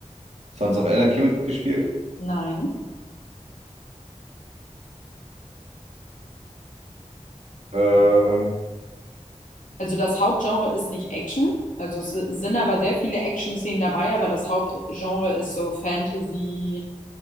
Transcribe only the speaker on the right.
Sons of Anarchy mitgespielt?
Äh,